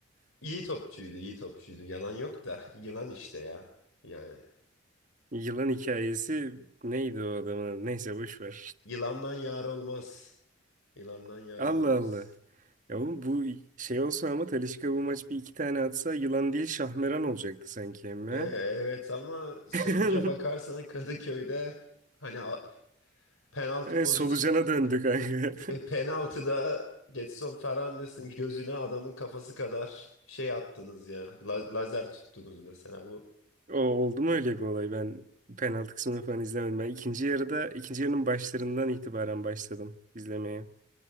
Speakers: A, on the left (about 85°); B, on the right (about 40°).
A: iyi topçuydu. iyi topçuydu. Yalan yok da. <laughs> Yılan işte ya. Yani
B: Yılan hikayesi neydi o adamın? Neyse boş ver.
A: yılandan yar olmaz. Yılandan
B: <laughs>
A: yar
B: Allah
A: olmaz.
B: Allah. Ya oğlum bu şey olsa ama Talisca bu maç bir iki tane atsa yılan değil şahmeran olacaktı sanki emme.
A: E, evet ama sonuca
B: <laughs>
A: bakarsan Kadıköy'de hani a- penaltı
B: E,
A: pozisyon
B: Solucana döndük kanka.
A: e, penaltıda
B: <laughs>
A: Getson Fernandes'in gözüne adamın kafası kadar şey attınız ya. La- lazer tuttunuz mesela bu.
B: O oldu mu öyle bir olay? Ben penaltı kısmını falan izlemedim. Ben ikinci yarıda ikinci yarının başlarından itibaren başladım izlemeye.